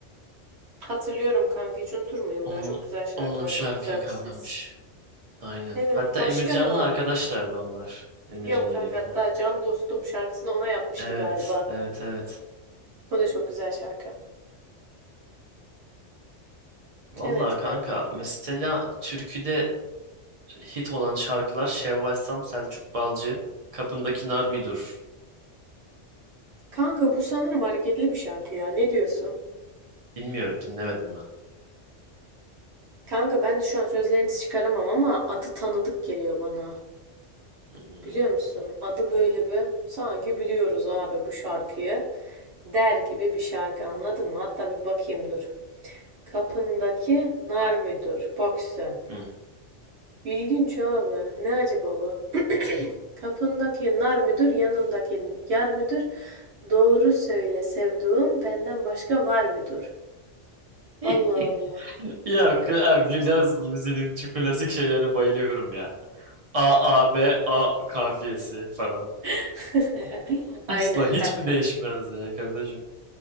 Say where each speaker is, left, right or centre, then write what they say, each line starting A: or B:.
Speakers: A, on the right (about 70°); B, on the right (about 55°).
A: Hatırlıyorum kanka. Hiç unutur muyum
B: Onun
A: ya? Çok güzel şarkılar.
B: onun şarkıyı
A: Çok güzel bir
B: kavramış.
A: ses.
B: Aynen.
A: Evet.
B: Hatta
A: Başka
B: Emircan'la
A: ne var abi?
B: arkadaşlardı onlar. Emircan
A: Biliyorum kanka.
B: Yelek'le.
A: Hatta Can Dostum şarkısını ona yapmıştı
B: Evet,
A: galiba.
B: evet, evet.
A: O da çok güzel şarkı.
B: Vallahi
A: Evet
B: kanka
A: kankim.
B: mesela türküde hit olan şarkılar Şevval Sam, Selçuk Balcı, Kapındaki Nar Midur.
A: Kanka bu sanırım hareketli bir şarkı ya. Ne diyorsun?
B: Bilmiyorum dinlemedim mi?
A: Kanka ben de şu an sözlerinizi çıkaramam ama adı tanıdık geliyor bana.
B: Hmm.
A: Biliyor musun? Adı böyle bir sanki biliyoruz abi bu şarkıyı der gibi bir şarkı anladın mı? Hatta bir bakayım dur. Kapındaki nar müdür? Bak sen.
B: Hmm.
A: İlginç abi. Ne acaba bu? Kapındaki nar müdür, yanındaki yar müdür? Doğru söyle sevduğum benden başka var müdür?
B: <laughs>
A: Allah Allah.
B: Ya Abjülaz Luzi'nin şu klasik şeylerine bayılıyorum ya. A, A, B, A kafiyesi falan.
A: <laughs> Aynen
B: X'la hiç
A: kanka.
B: mi değişmez ya kardeşim?